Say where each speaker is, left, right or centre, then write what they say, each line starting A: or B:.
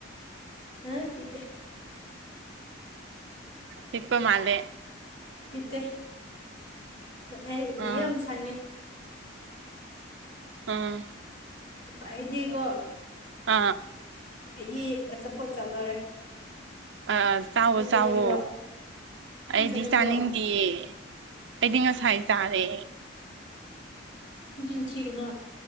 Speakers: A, on the left; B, on the right.
A: ꯍꯥ ꯄꯤꯇꯦ
B: ꯄꯤꯛꯄ ꯃꯥꯂꯦ
A: ꯄꯤꯠꯇꯦ ꯑꯩꯒꯤ
B: ꯑꯥ
A: ꯌꯥꯝ ꯁꯥꯡꯉꯦ
B: ꯑꯥ
A: ꯑꯩꯗꯤꯀꯣ
B: ꯑꯥ
A: ꯑꯩꯗꯤ ꯑꯆꯥꯄꯣꯠ ꯆꯥꯗꯣꯔꯦ
B: ꯑ ꯆꯋꯣ
A: ꯅꯪ
B: ꯆꯋꯣ
A: ꯆꯥꯅꯤꯡꯕ꯭ꯔꯣ ꯅꯪ
B: ꯑꯩꯗꯤ
A: ꯆꯥꯅꯤꯡꯕ꯭ꯔꯣ
B: ꯆꯥꯅꯤꯡꯗꯤꯌꯦ ꯑꯩꯗꯤ ꯉꯁꯥꯏ ꯆꯥꯔꯦ
A: ꯅꯆꯤꯟ ꯊꯤꯒꯅꯣ